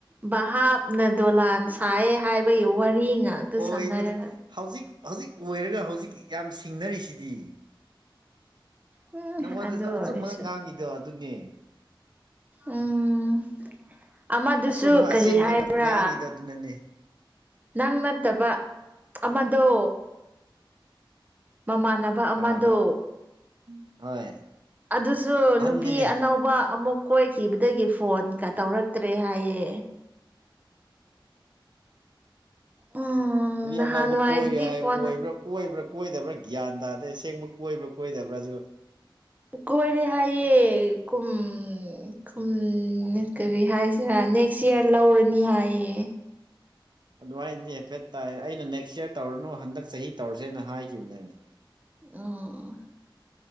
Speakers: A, on the right (about 20°); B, on the right (about 60°).
A: ꯚꯥꯞꯅ ꯗꯣꯂꯥꯟ ꯁꯥꯏꯌꯦ ꯍꯥꯏꯕꯒꯤ ꯋꯥꯔꯤ ꯉꯥꯛꯇ
B: ꯍꯕꯅꯦ
A: ꯁꯥꯟꯅꯔꯒ
B: ꯍꯧꯖꯤꯛ ꯍꯧꯖꯤꯛ ꯑꯣꯏꯔꯒ ꯍꯧꯖꯤꯛ ꯌꯥꯝ ꯁꯤꯡꯅꯔꯤꯁꯤꯗꯤ
A: ꯎꯝ
B: ꯅꯪꯉꯣꯟꯗꯁꯨ
A: ꯑꯗꯨ ꯑꯣꯏꯔꯁꯨ
B: ꯑꯆꯨꯝꯕꯒ ꯉꯥꯡꯉꯤꯗꯣ ꯑꯗꯨꯅꯦ
A: ꯎꯝ ꯑꯃꯗꯨꯁꯨ
B: ꯑꯆꯨꯝꯕ
A: ꯀꯔꯤ
B: ꯑꯁꯦꯡꯕꯈꯛ
A: ꯍꯥꯏꯕ꯭ꯔꯥ
B: ꯉꯥꯡꯉꯤꯗꯣ ꯑꯗꯨꯅꯅꯦ
A: ꯅꯪ ꯅꯠꯇꯕ ꯑꯃꯗꯣ ꯃꯃꯥꯟꯅꯕ
B: ꯀꯅꯥꯅꯣ
A: ꯑꯃꯗꯣ
B: ꯍꯣꯏ
A: ꯑꯗꯨꯁꯨ
B: ꯑꯍꯟꯅꯤꯅꯦ
A: ꯅꯨꯄꯤ ꯑꯅꯧꯕ ꯑꯃꯨꯛ ꯀꯣꯏꯈꯤꯕꯗꯒꯤ ꯐꯣꯟꯒ ꯇꯧꯔꯛꯇ꯭ꯔꯦ ꯍꯥꯏꯌꯦ ꯎꯝ ꯅꯍꯥꯟꯋꯥꯏꯗꯤ
B: ꯑꯅꯧꯕ ꯀꯣꯏꯔꯦ ꯍꯥꯏ
A: ꯐꯣꯟ
B: ꯑꯣꯏꯕ꯭ꯔꯥ ꯀꯣꯏꯕ꯭ꯔꯥ ꯀꯣꯏꯗꯕ꯭ꯔꯥ ꯒ꯭ꯌꯥꯟ ꯇꯥꯗꯦ ꯑꯁꯦꯡꯕ ꯀꯣꯏꯕ꯭ꯔꯥ ꯀꯣꯏꯗꯕ꯭ꯔꯥꯁꯨ
A: ꯀꯣꯏꯔꯦ ꯍꯥꯏꯌꯦꯦꯨꯝꯨꯝ ꯀꯔꯤ ꯍꯥꯏꯁꯤꯔ ꯅꯦꯛꯁ ꯏꯌꯔ ꯂ ꯑꯣꯔꯅꯤ ꯍꯥꯏꯦ
B: ꯑꯗꯨꯃꯥꯏꯅꯗꯤ ꯍꯥꯏꯐꯦꯠ ꯇꯥꯏ ꯑꯩꯅ ꯅꯦꯛꯁ ꯏꯔ ꯇꯧꯔꯅꯨ ꯍꯟꯗꯛ ꯆꯍꯤ ꯇꯧꯔꯁꯦꯅ ꯍꯥꯏꯈꯤꯕꯅꯦꯅꯦ
A: ꯑꯣ